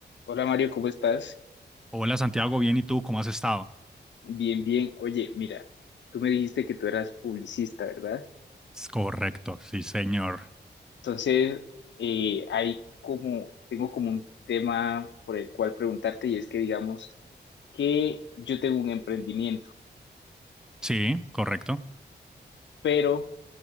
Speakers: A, on the left; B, in the centre.
A: Hola Mario, ¿cómo estás?
B: Hola Santiago, bien, ¿y tú cómo has estado?
A: Bien, bien. Oye, mira, tú me dijiste que tú eras publicista, ¿verdad?
B: Es Correcto, sí señor.
A: Entonces, eh, hay como, tengo como un tema por el cual preguntarte y es que digamos que yo tengo un emprendimiento,
B: Sí, correcto.
A: pero